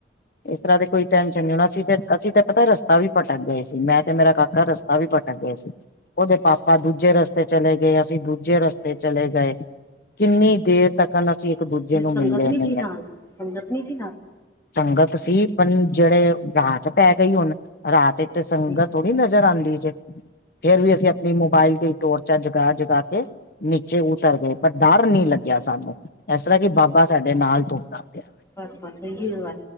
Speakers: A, on the left; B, on the left.
A: ਇਸ ਤਰ੍ਹਾਂ ਤੇ ਕੋਈ ਟੈਨਸ਼ਨ ਨੀ ਹੋਣਾ ਸੀ, ਤੇ ਅਸੀਂ ਤਾਂ ਪਤਾ ਰਸਤਾ ਵੀ ਭਟਕ ਗਏ ਸੀ, ਮੈਂ ਤੇ ਮੇਰਾ ਕਾਕਾ ਰਸਤਾ ਰਸਤਾਂ ਵੀ ਪਟਕ ਗ ਸੀ ਉਹਦੇ ਪਾਪਾ ਦੂਜੇ ਰਸਤੇ ਚਲੇ ਗਏ, ਅਸੀਂ ਦੂਜੇ ਰਸਤੇ ਚਲੇ ਗਏ। ਕਿੰਨੀ ਦੇਰ ਤਕ, ਅਸੀਂ ਇੱਕ ਦੂਜੇ ਨੂੰ
B: ਸੰਗਤ
A: ਮਿਲੇ
B: ਨਹੀਂ
A: ਨਈ
B: ਸੀ ਨਾਲ ਸੰਗਤ ਨਹੀਂ ਸੀ
A: ਸੰਗਤ ਸੀ, ਪਰ ਜਿਹੜੇ ਰਾਤ ਪੈ ਗਈ ਹੁਣ ਰਾਤ ਤੇ ਸੰਗਤ
B: ਨਾਲ
A: ਥੋੜੀ ਨਜ਼ਰ ਆਂਦੀ ਜੇ, ਫੇਰ ਵੀ ਅਸੀਂ ਆਪਣੇ ਮੋਬਾਇਲ ਦੀ ਟੋਰਚਾ, ਜਗਾ ਜਗਾ ਕੇ ਨੀਚੇ ਉਤਰ ਗਏ ਪਰ ਡਰ ਨੀ ਲੱਗਿਆ ਸਾਨੂੰ, ਇਸ ਤਰ੍ਹਾਂ ਕਿ ਬਾਬਾ ਸਾਡੇ ਨਾਲ ਤੁਰਦਾ ਪਿਆ।
B: ਬਸ- ਬਸ ਇਹੀ ਓ ਹੈ,